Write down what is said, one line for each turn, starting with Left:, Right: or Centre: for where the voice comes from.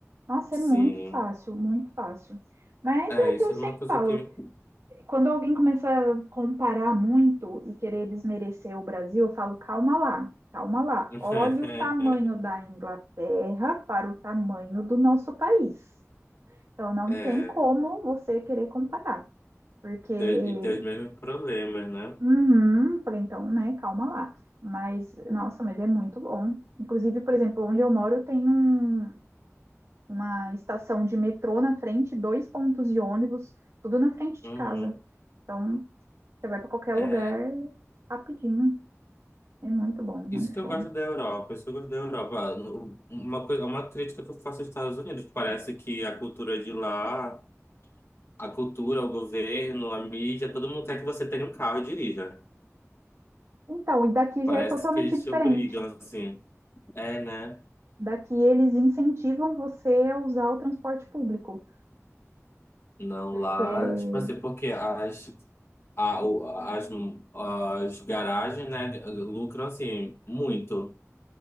Right: Nossa,
Left: Sim.
Right: é muito fácil, muito fácil. Mas
Left: É,
Right: é que
Left: isso
Right: eu
Left: era
Right: sempre
Left: uma coisa
Right: falo.
Left: que...
Right: Quando alguém começa a comparar muito e querer desmerecer o Brasil, eu falo, calma lá, calma lá.
Left: <laughs>
Right: Olha o tamanho da Inglaterra para o tamanho do nosso país. Então, não
Left: É.
Right: tem como você querer comparar, porque...
Left: ter- e ter os mesmos problemas, né?
Right: Uhum, falei, então, né, calma lá. Mas, nossa, mas é muito bom. Inclusive, por exemplo, onde eu moro tem um- uma estação de metrô na frente, dois pontos de ônibus, tudo na frente
Left: Uhum.
Right: de casa. Então, Você vai para qualquer
Left: É.
Right: lugar rapidinho. É muito bom, muito
Left: Isso que eu
Right: bom.
Left: gosto da Europa, isso que eu gosto da Europa. Ah, Uma coisa, uma crítica que eu faço aos Estados Unidos, parece que a cultura de lá, a cultura, o governo, a mídia, todo mundo quer que você tenha um carro e dirija.
Right: Então, e daqui
Left: Parece
Right: já é totalmente
Left: que eles
Right: diferente.
Left: te obrigam, assim. É, né?
Right: Daqui eles incentivam você a usar o transporte público,
Left: Não,
Right: porque
Left: lá, tipo assim, porque as, a, o- as, as garagens, né, lucram, assim, muito.